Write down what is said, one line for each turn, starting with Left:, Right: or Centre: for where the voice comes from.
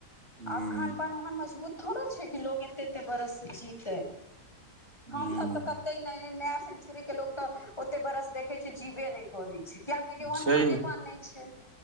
Right: हूँ
Left: आब खान पान ओहन मजबूत थोड़े छै। कि लोग एते एते बरस से जीतै। हम
Right: हूँ
Left: सभ तऽ कते नया सेंचुरी के लोक तऽ ओते बड़स देखै छी जीवे नहि करै छै। किएकि ओहन
Right: छै
Left: खानेपीने नहि छै